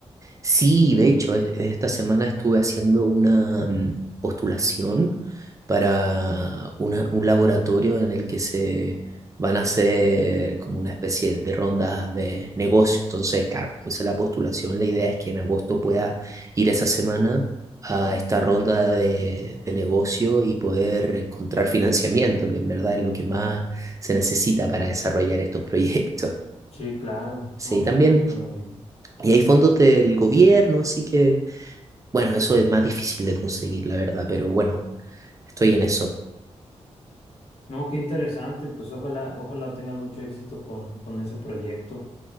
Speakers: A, on the right (about 25°); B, on the left (about 60°).
A: Sí, de hecho, e- esta semana estuve haciendo una mm, postulación para una- un laboratorio en el que se van a hacer como una especie de ronda de negocio. Entonces, claro, como hice la postulación, la idea es que en agosto pueda ir esa semana a esta ronda de, de negocio y poder encontrar financiamiento, que en verdad es lo que más se necesita para desarrollar estos proyectos.
B: Sí, claro,
A: Sí,
B: no,
A: también.
B: su- suena bien.
A: Y hay fondos del gobierno, así que... Bueno, eso es más difícil de conseguir, la verdad, pero bueno, estoy en eso.
B: No, qué interesante, pues ojalá, ojalá tengas mucho éxito con, con ese proyecto.